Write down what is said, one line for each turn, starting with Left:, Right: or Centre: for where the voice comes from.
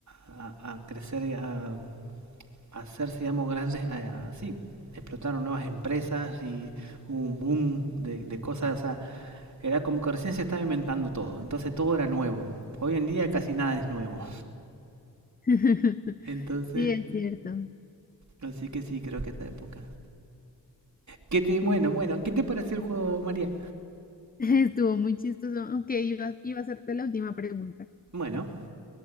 Right: a- a crecer, a hacerse, digamos, grandes, eh, así, explotaron nuevas empresas y hubo un boom de, de cosas, o sea, era como que recién se estaba inventando todo, entonces todo era nuevo. Hoy en día casi nada es nuevo.
Left: <laughs>
Right: <laughs> Entonces,
Left: Sí, es cierto.
Right: así que sí, creo que esa época. ¿Qué te, bueno,
Left: sí.
Right: bueno, ¿qué te pareció el juego, María?
Left: <laughs> Estuvo muy chistoso. Aunque iba, iba a hacerte la última pregunta.
Right: Bueno,